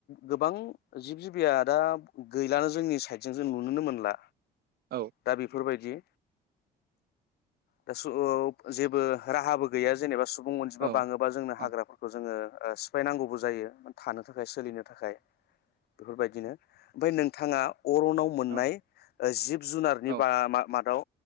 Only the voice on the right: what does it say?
औ
औ
औ
औ
औ